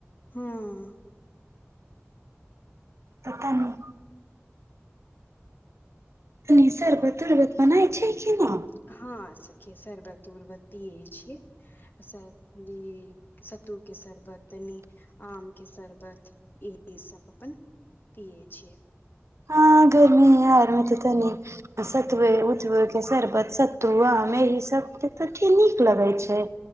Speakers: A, on the left (about 45°); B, on the right (about 80°).
A: हँ
B: पता नहि तनी सरबत उरबत बनाय छै की न
A: हँ सखी सरबत उरबत पियए छिय स ई सत्तू के शरबत तनि आम के शर्बत इह सब अपन पियै छियै
B: आ गर्मी आरमे ते तनि सतुए उठबए के शरबत सतु आ मे ही सब के नीक लगे छै